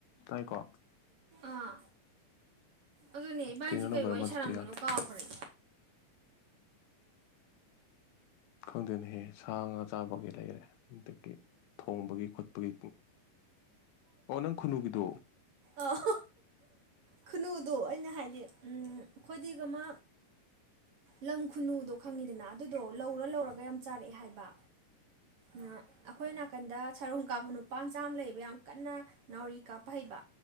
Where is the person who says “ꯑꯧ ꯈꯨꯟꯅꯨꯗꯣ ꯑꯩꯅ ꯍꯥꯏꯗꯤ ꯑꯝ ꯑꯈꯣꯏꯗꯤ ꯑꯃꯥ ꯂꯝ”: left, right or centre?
Right